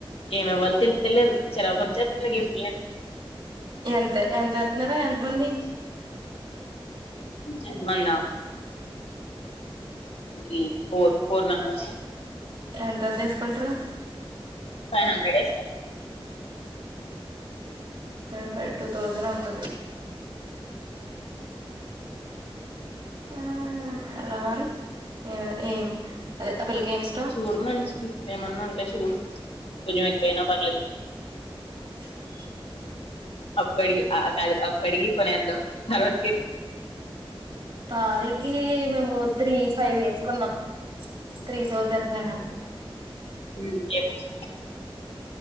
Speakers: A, on the left (about 85°); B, on the right (about 65°).
A: ఏమివ్వాలో తెల్ తెల్లేదు చిరాకు వచ్చేత్తంది గిఫ్
B: ఎంత ఎంత ఏత్తనారు ఎంత మంది
A: ఎంతమందా ఈ ఫోర్ ఫోర్ మెంబర్స్
B: ఎంతది తీసుకుంట్రు
A: ఫైవ్ హండ్రెడ్ ఏస్తా
B: ఫైవ్ ఫైవ్ టూ తౌజన్ అవుతది ఆ అలా మరి ఏ ఏం అదే ఆ పిల్లకి ఏమి ఇష్టం
A: చూడు మంచికి ఏమన్నా ఉంటే చూడు కొంచెం ఎక్కువయినా పలేదు
B: అ
A: అప్పడిగి ఆ కాదు అప్పడికి కొనేద్దాం తర్వా
B: పానీకి మేము త్రీ ఫైవ్ వేసుకున్నాం త్రీ థౌజండ్ ఫైవ్ హండ్రెడ్
A: ఉమ్మ్ ఏమొస్